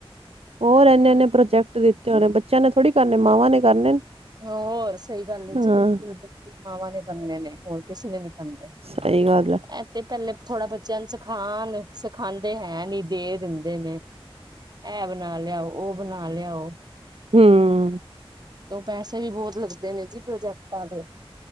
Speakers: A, on the right; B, on the right.
A: ਔਰ ਐਨੇ-ਐਨੇ ਪ੍ਰੋਜੈਕਟ ਦਿੱਤੇ ਹੋਣੇ ਬੱਚਿਆਂ ਨੇ ਥੋੜੇ ਕਰਨੇ ਮਾਵਾਂ ਨੇ ਕਰਨੇ।
B: ਹੋਰ ਸਹੀ ਗੱਲ ਏ
A: ਹਾਂ
B: ਜੀ, ਬਿਲਕੁਲ-ਬਿਲਕੁਲ ਮਾਵਾਂ ਨੇ ਕਰਨੇ ਨੇ ਹੋਰ ਕਿਸੇ ਨੇ ਨੀ ਹਮ ਨੇ
A: ਸਹੀ ਗੱਲ ਹੈ
B: ਐਹ ਤੇ ਪੈਲੇ ਥੋੜਾ ਬੱਚਿਆਂ ਨੂੰ ਸਿਖਾ ਆਣ। ਸਿਖਾਣ ਦੇ ਹੈ ਨੀ ਦੇ ਦਿੰਦੇ ਨੇ, ਐ ਬਣਾ ਲਿਆਓ, ਔ ਬਣਾ ਲਿਆਓ।
A: ਹਮ। ਹਾਂ।
B: ਤੋਂ ਪੈਸੇ ਵੀ ਬਹੁਤ ਲੱਗਦੇ ਨੇ ਜੀ ਪ੍ਰੋਜੈਕਟਾਂ ਦੇ।